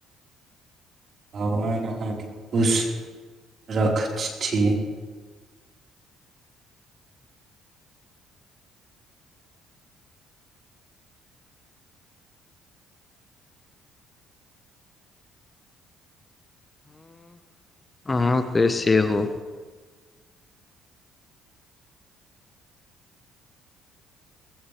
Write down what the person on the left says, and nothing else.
अहाँ के सेहो